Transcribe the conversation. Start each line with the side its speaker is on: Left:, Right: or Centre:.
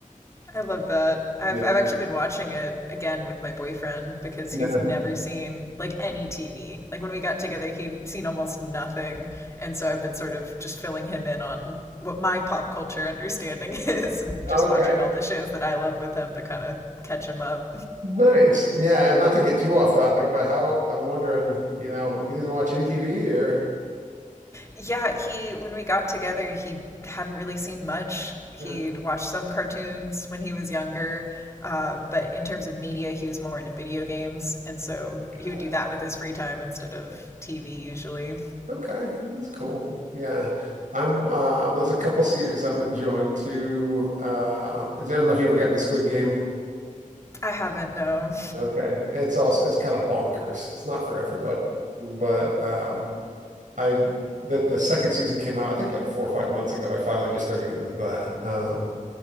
Left: I love that. I've
Right: yeah,
Left: I've actually been watching it again with my boyfriend because
Right: yeah,
Left: he's never seen like any TV. Like when we got together, he'd seen almost nothing, and so I've been sort of just filling him in on what my pop culture understanding <laughs> is, and
Right: okay,
Left: just watching all the shows that I love with him to kind of catch him up.
Right: nice. Yeah, and not to get too off topic, but how I'm wondering, you know, he doesn't watch any TV or.
Left: yeah, he when we got together, he hadn't really seen much. He'd
Right: yeah.
Left: watched some cartoons when he was younger, uh, but in terms of media, he was more into video games, and so
Right: Uh,
Left: he would do that with his free time instead of TV usually.
Right: Okay, that's cool. Yeah. I'm uh there's a couple series I'm enjoying too. Uh I don't know if you ever got into the Squid Game.
Left: I haven't, no.
Right: Okay. It's also it's kind of bonkers. It's not for everybody. But um I the the second season came out I think like four or five months ago. I finally just started getting into that. Um